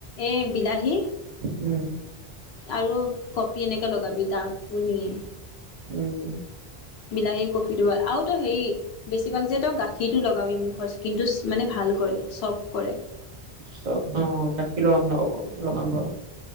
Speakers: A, on the left; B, on the right.
A: এ বিলাহী
B: উম।
A: আৰু কফি এনেকে লগাবি দাগবোৰ নিয়ে।
B: উম।
A: বিলাহী, কফি দিবা আৰু তোৰ হেৰী বেছিভাগ যে তই গাখী গাখীটো লগাবি মুখৰ স্কিনটো মানে ভাল কৰে চফ কৰে।
B: চফ অ গাখীৰ লগাম ন লগাম ৰ'।